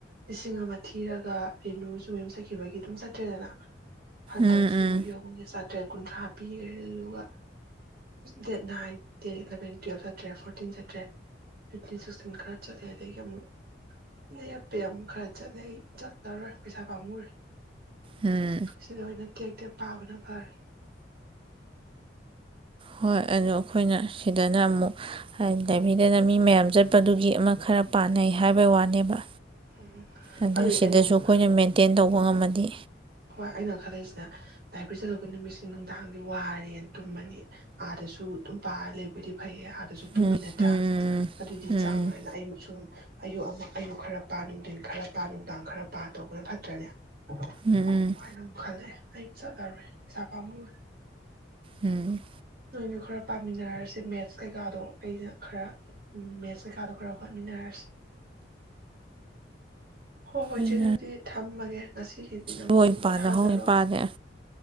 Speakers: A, on the right (about 55°); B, on the right (about 30°).
A: ꯂꯤꯁꯤꯡ ꯑꯃ ꯊꯤꯔꯒ ꯔꯦꯅꯨꯁꯨ ꯃꯦꯝꯖꯠꯈꯤꯕꯒꯤ ꯑꯗꯨꯝ ꯆꯠꯇ꯭ꯔꯦꯗꯅ ꯍꯟꯗꯛꯁꯨ
B: ꯎꯝ ꯎꯝ
A: <unintelligible> ꯇꯔꯦꯠ ꯀꯨꯟꯊ꯭ꯔꯥ ꯄꯤꯈ꯭ꯔꯦꯗꯨꯒ date nine date eleven twelve ꯆꯠꯇ꯭ꯔꯦ ꯐꯣꯔꯇꯤꯟ ꯆꯠꯇ꯭ꯔꯦ ꯐꯤꯞꯇꯤꯟ ꯁꯤꯛꯁꯇꯤꯟ ꯈꯔ ꯆꯠꯂꯦ ꯑꯗꯒꯤ ꯑꯃꯨꯛ ꯂꯩꯔꯞꯄꯦ ꯑꯃꯨꯛ ꯈꯔ ꯆꯠꯂꯦ ꯑꯩ ꯆꯠ ꯆꯔꯣꯏ ꯄꯩꯁꯥ ꯄꯥꯝꯉꯨꯔꯦ
B: ꯎꯝ
A: ꯁꯤꯗ ꯍ ꯊꯦ ꯀꯛꯇ ꯄꯥꯕꯅ ꯐꯔꯦ
B: ꯍꯣꯏ ꯑꯣ ꯑꯩꯈꯣꯏꯅ ꯁꯤꯗ ꯅꯃꯣ ꯂꯩꯕꯤꯗꯅ
A: ꯎꯝ
B: ꯃꯤ ꯃꯌꯥꯝ ꯆꯠ ꯆꯠꯄꯗꯨꯒꯤ ꯑꯃ ꯈꯔ ꯄꯥꯅꯩ ꯍꯥꯏꯕꯩ ꯋꯥꯅꯦꯕ
A: ꯎꯝ
B: ꯑꯗꯩ
A: ꯑꯗꯨꯏꯁꯦ
B: ꯁꯤꯗꯁꯨ
A: ꯑꯩꯅ ꯑꯃꯨꯛ
B: ꯑꯩꯈꯣꯏꯅ ꯃꯦꯟꯇꯦꯟ ꯇꯧꯕ
A: ꯎ
B: ꯉꯝꯃꯗꯤ
A: ꯍꯣꯏ ꯑꯩꯅ ꯈꯜꯂꯛꯏꯁꯤꯅꯦ ꯂꯥꯏꯕꯔꯤ ꯆꯠꯂꯨꯕ ꯅꯨꯃꯤꯠꯁꯤ ꯅꯨꯡꯗꯥꯡꯗꯤ ꯋꯥꯔꯦꯅ ꯇꯨꯝꯃꯅꯤ ꯑꯥꯗꯁꯨ ꯑꯗꯨꯝ ꯄꯥꯔ ꯂꯩꯕꯗꯤ ꯐꯩꯌꯦ ꯍꯥ ꯑꯗꯨꯖꯨ ꯇꯨꯃꯤ
B: ꯎꯝ
A: ꯅꯠꯇ꯭ꯔꯥ
B: ꯎꯝ
A: ꯑꯗꯨꯗꯤ
B: ꯎꯝ
A: ꯆꯥꯡ ꯅꯥꯏꯅ ꯑꯌꯨꯛꯁꯨ ꯑꯌꯨꯛ ꯑꯃ ꯑꯌꯨꯛ ꯈꯔ ꯄꯥ ꯅꯨꯡꯊꯤꯟ ꯈꯔ ꯄꯥ ꯅꯨꯡꯗꯥꯡ ꯈꯔ ꯄꯥ ꯇꯧꯕꯅ ꯐꯠꯇ꯭ꯔꯅꯦ
B: ꯎꯝ
A: ꯑꯗꯨꯃꯥꯏꯅ ꯑꯃꯨꯛ ꯈꯜꯂꯛꯑꯦ ꯆꯠꯂꯔꯣꯏ ꯄꯩꯁꯥ ꯄꯥꯃꯨꯔꯦ
B: ꯎꯝ
A: ꯅꯣꯏꯖꯨ ꯈꯔ ꯄꯥꯃꯤꯟꯅꯔꯖꯦ ꯃꯦꯠꯁ ꯀꯩꯀꯥꯗꯣ ꯑꯩꯅ ꯈꯔ ꯎꯝ ꯃꯦꯠꯁ ꯀꯩꯀꯥꯗꯣ ꯈꯔ ꯍꯣ ꯃꯤꯟꯅꯔꯁꯦ ꯍꯣꯏ ꯍꯣꯏ
B: ꯎꯝ
A: ꯆꯠꯂꯦ ꯑꯗꯤ ꯊꯝꯃꯒꯦ ꯉꯁꯤꯒꯤꯗꯤ ꯅꯪꯁꯨ
B: ꯍꯣꯏ
A: ꯄꯣꯊꯥꯖꯔꯣ
B: ꯄꯥꯗ ꯍꯧꯅꯤ ꯄꯥꯗꯦ